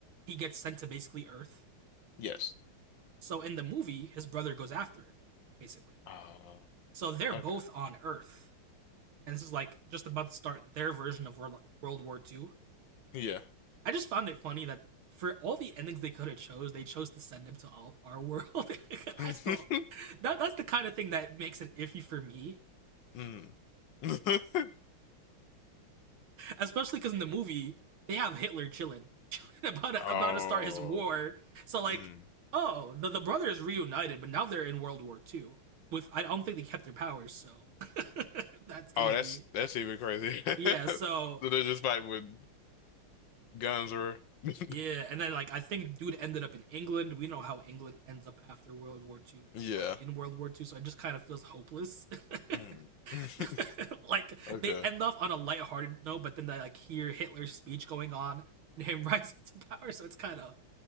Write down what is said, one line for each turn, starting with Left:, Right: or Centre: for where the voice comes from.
Right: he gets sent to basically Earth.
Left: Yes.
Right: So in the movie, his brother goes after him, basically.
Left: Oh.
Right: So they're
Left: Okay.
Right: both on Earth, and this is like just about to start their version of World World War Two.
Left: Yeah.
Right: I just found it funny that for all the endings they could have chose, they chose to send him to all, our world. <laughs>
Left: <laughs>
Right: I still that that's the kind of thing that makes it iffy for me
Left: Mm. <laughs>
Right: especially because in the movie they have Hitler chilling, <laughs> chilling about to,
Left: Oh.
Right: about to start his war. So like,
Left: Mm.
Right: oh, the the brothers reunited, but now they're in World War Two. With I don't think they kept their powers, so <laughs> that's gonna
Left: Oh,
Right: be
Left: that's that's even crazy. <laughs>
Right: yeah. So
Left: So they're just fighting with guns or <laughs>
Right: Yeah, and then like I think dude ended up in England. We know how England ends up after World War Two,
Left: yeah.
Right: like in World War Two. So it just kind of feels hopeless.
Left: Mm.
Right: <laughs>
Left: <laughs>
Right: like
Left: Okay.
Right: they end off on a lighthearted note, but then they like hear Hitler's speech going on and him <laughs> rising to power. So it's kind of